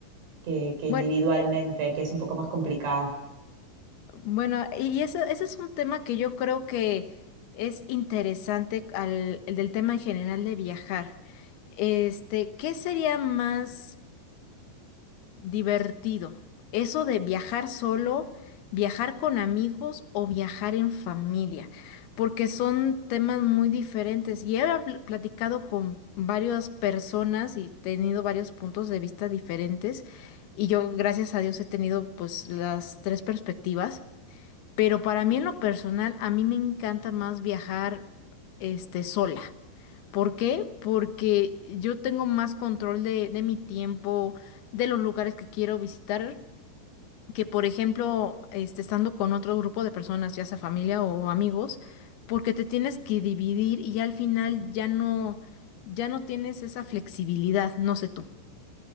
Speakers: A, on the right; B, on the left.
A: que, que individualmente,
B: Bueno,
A: que es un poco más complicado.
B: bueno, y eso, ese es un tema que yo creo que es interesante al, el del tema en general de viajar. Este, ¿qué sería más Divertido. Eso de viajar solo, viajar con amigos o viajar en familia, porque son temas muy diferentes. Y he habl- platicado con varias personas y tenido varios puntos de vista diferentes. Y yo, gracias a Dios, he tenido pues las tres perspectivas. Pero para mí en lo personal, a mí me encanta más viajar este sola. ¿Por qué? Porque yo tengo más control de, de mi tiempo, de los lugares que quiero visitar, que por ejemplo, este, estando con otro grupo de personas, ya sea familia o amigos, porque te tienes que dividir y ya al final ya no, ya no tienes esa flexibilidad, no sé tú.